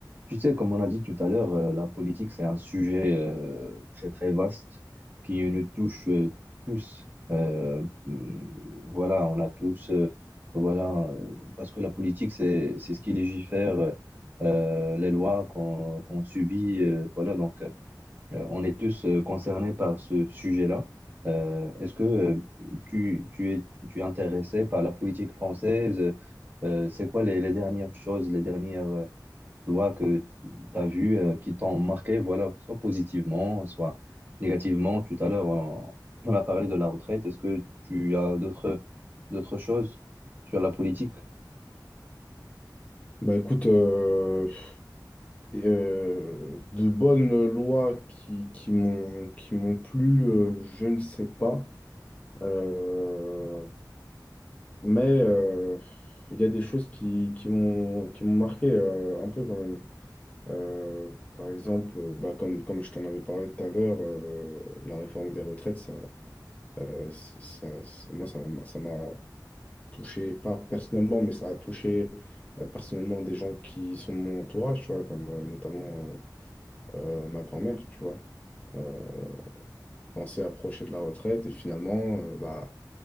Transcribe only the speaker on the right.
Tu sais, comme on a dit tout à l'heure, euh, la politique, c'est un sujet euh, très, très vaste qui nous touche euh, tous. Euh, mm, voilà, on a tous, euh, voilà, euh, parce que la politique, c'est, c'est ce qui légifère euh, euh, les lois qu'on qu'on subit. euh, voilà, donc, euh, on est tous euh, concernés par ce sujet-là. Euh, est-ce que euh, tu, tu es, tu es intéressé par la politique française? Euh, c'est quoi les, les dernières choses, les dernières euh, lois que tu as vues euh, qui t'ont marqué, voilà, soit positivement, soit négativement. Tout à l'heure, on, on a parlé de la retraite. Est-ce que tu as d'autres d'autres choses sur la politique?